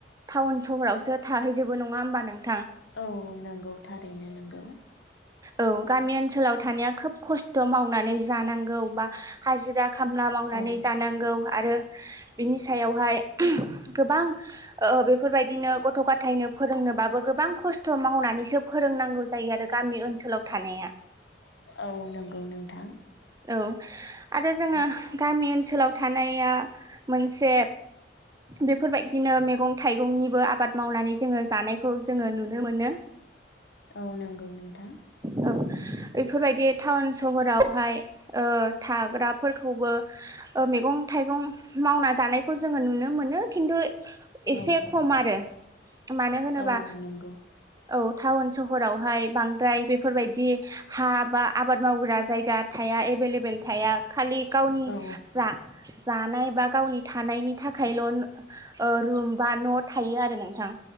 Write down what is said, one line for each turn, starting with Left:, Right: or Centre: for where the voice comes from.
Right: टाउन सहरावसो थाहैजोबो नङा होमबा नोंथां
Left: औ नंगौ थारैनो नंगौ
Right: औ गामि ओनसोलाव थानाया खोब खस्थ' मावनानै जानांगौ बा हाजिरा खामला मावनानै
Left: औ
Right: जानांगौ आरो बिनि सायावहाय गोबां ओ बेफोरबायदिनो गथ' गथायनो फोरोंनोबाबो गोबां खस्थ' मावनानैसो फोरोंनांगौ जायो आरो गामि ओनसोलाव थानाया
Left: औ नंगौ नोंथां
Right: औ आरो जोङो
Left: औ
Right: गामि ओनसोलाव थानाया मोनसे बेफोरबायदिनो मैगं थाइगंनिबो आबाद मावनानै जोङो जानायखौ जोङो नुनो मोनो
Left: औ नंगौ नोंथां
Right: औ बेफोरबायदि टाउन सहरावहाय ओ थाग्राफोरखौबो मैगं थाइगं मावना जानायखौ जोङो नुनो मोनो खिन्थु
Left: औ
Right: एसे खम आरो मानो होनोबा
Left: औ नंगौ
Right: औ टाउन सहरावहाय बांद्राय बेफोरबायदि हा बा आबाद मावग्रा जायगा थाया एभेलेबेल थाया खालि गावनि
Left: औ
Right: जा जानाय बा गावनि थानायनि थाखायल' ओ रुम बा न' थायो आरो नोंथां